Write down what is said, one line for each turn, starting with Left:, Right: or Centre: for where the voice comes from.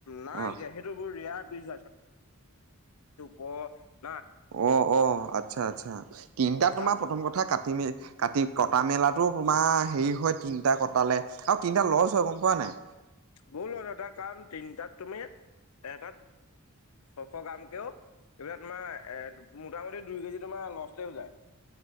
Left: নাই
Right: অ
Left: এতিয়া সৈতে বহুত ৰাৰে পিছ হৈ। <unintelligible>
Right: অ', অ', আচ্ছা, আচ্ছা তিনটা তোমাৰ
Left: তাৰপিছত
Right: প্ৰথম কথা কাতি মে কাতি কটা মেলাত টো তোমাৰ হেৰি হয় তিনটা কটালে আৰু তিনটা লছ হয় গম পোৱা নাই।
Left: ভুল হল এটা কাম তিনটাত তুমি এটাত শ, শ গৰম কেও এইবিলাক তোমাৰ এ মোটামুটি দুই কেজি তোমাৰ লষ্টে যায়।